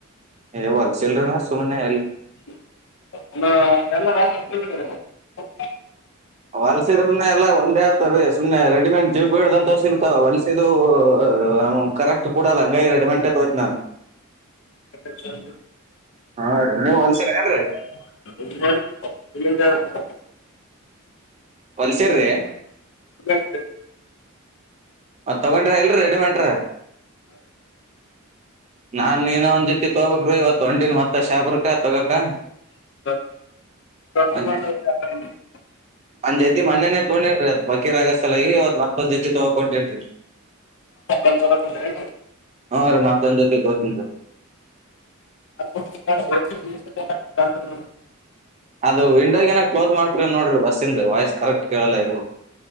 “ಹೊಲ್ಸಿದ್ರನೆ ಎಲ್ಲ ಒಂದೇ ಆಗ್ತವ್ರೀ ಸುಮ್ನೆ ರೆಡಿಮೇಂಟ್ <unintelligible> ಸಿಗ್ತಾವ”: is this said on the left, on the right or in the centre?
Right